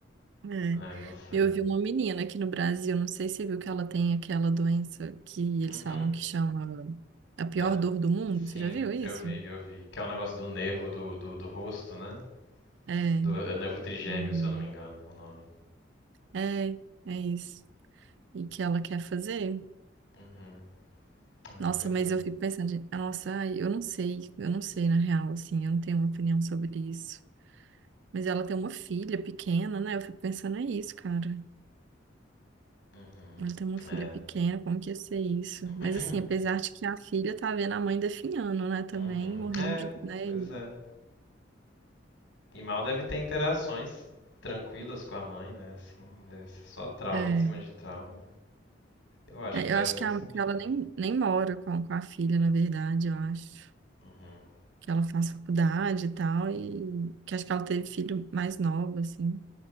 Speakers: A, on the right; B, on the left.
A: É.
B: Ai, não sei.
A: Eu vi uma menina aqui no Brasil, não sei se você viu que ela tem aquela doença que eles
B: Uhum.
A: falam que chama a pior
B: Ah,
A: dor do mundo.
B: Sim,
A: Você já viu isso?
B: eu vi, eu vi. Que é um negócio do nervo do, do, do rosto, né?
A: É.
B: Do Noivo Trigêmeo,
A: Uhum.
B: se eu não me engano, o nome.
A: É, é isso. E que ela quer fazer.
B: Uhum. É,
A: Nossa,
B: pois
A: mas
B: é.
A: eu fico pensando, gente, nossa, ai, eu não sei, eu não sei na real, assim, eu não tenho uma opinião sobre isso. Mas ela tem uma filha pequena, né? Eu fico pensando, é isso, cara.
B: Uhum.
A: Ela tem uma filha
B: É.
A: pequena, como que ia ser isso?
B: <coughs>
A: Mas assim, apesar
B: <clears throat>
A: de que a filha tá vendo a mãe definhando, né, também,
B: Uhum.
A: morrendo
B: É,
A: de, né,
B: pois
A: e-
B: é. E mal deve ter interações tranquilas com a mãe, né? Assim, deve ser só trauma
A: é.
B: em cima de trauma. Eu acho
A: É,
B: que faz
A: eu acho
B: muito
A: que, a-
B: sentido.
A: que ela nem, nem mora com, com a filha, na verdade, eu acho.
B: Uhum.
A: Que ela faz faculdade e tal, e que acho que ela teve filho mais novo, assim.